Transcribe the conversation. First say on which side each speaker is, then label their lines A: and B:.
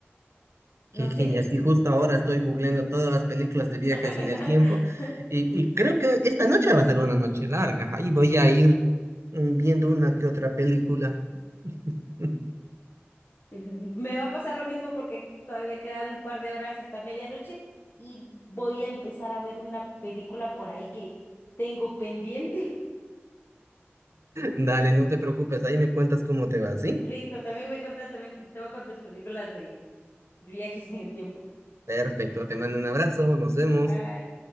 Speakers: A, on the left; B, on the right.
A: No
B: Qué
A: sé.
B: genial. Y justo ahora estoy googleando todas las películas de
A: <laughs>
B: viajes en el tiempo. Y, y creo que esta noche va a ser una noche larga. Ahí voy a ir mm, viendo una que otra película. <laughs>
A: Me va a pasar lo mismo porque aquí todavía quedan un par de horas hasta medianoche y voy a empezar a ver una película por ahí que tengo pendiente.
B: Dale, no te preocupes. Ahí me cuentas cómo te va,
A: <laughs>
B: ¿sí?
A: Listo, también me contas, también te voy con tus películas de viajes en el tiempo.
B: Perfecto, te mando un abrazo, nos vemos.
A: Bye.